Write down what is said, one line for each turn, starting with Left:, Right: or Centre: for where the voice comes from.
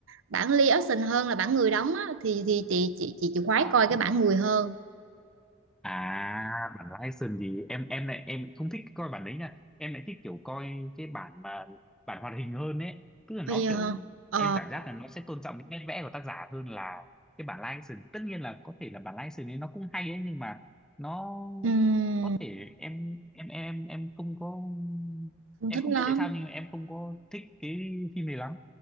Right: bản live action hơn là bản người đóng á thì thì chị chị chị chị khoái
Centre: Ờ,
Right: coi
Centre: à
Right: cái bản người hơn
Centre: À, bản live gì em em lại em không thích coi bản đấy nha. Em lại thích kiểu coi cái bản mà bản hoạt hình hơn ấy. Tức là nó
Right: Bây giờ
Centre: kiểu
Right: ờ
Centre: em cảm giác là nó sẽ tôn trọng những nét vẽ của tác giả hơn là cái bản live action. Tất nhiên là có thể là bản live action ấy nó cũng hay ấy nhưng mà nó
Right: ừm,
Centre: có thể em em em em không có
Right: không
Centre: em
Right: thích lắm
Centre: không biết tại sao nhưng mà em không có thích cái phim này lắm.